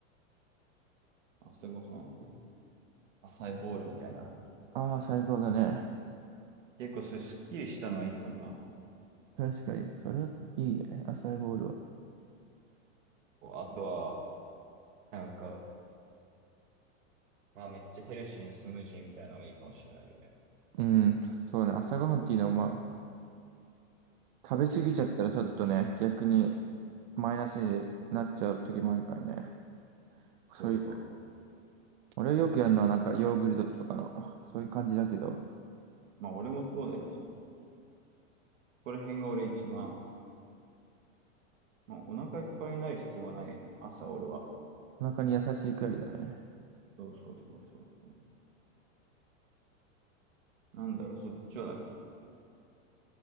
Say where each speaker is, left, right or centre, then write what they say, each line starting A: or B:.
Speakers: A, on the right; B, on the right.
A: 朝ごはん、浅いボールみたいな。
B: ああ、最高だね。
A: 結構それすっきりしたのはいいかもな。
B: 確かに、それはいいね、朝ボールは。
A: こうあとは、なんか、まあめっちゃヘルシーなスムージーみたいなのもいいかもしれないよね。
B: うん、そうね、朝ごはんっていうのは、まあ、食べ過ぎちゃったらちょっとね、逆にマイナスになっちゃう時もあるからね。そういう
A: そうそう。
B: 俺はよくやるのはなんかヨーグルトとかの、そういう感じだけど、
A: まあ俺もそうだよね。ここら辺が俺一番、まあ、お腹いっぱいになる必要はないよね。朝俺は。
B: お腹に優しいくらいだね。
A: そうそうそうそうそう。なんだろう、そっちは何い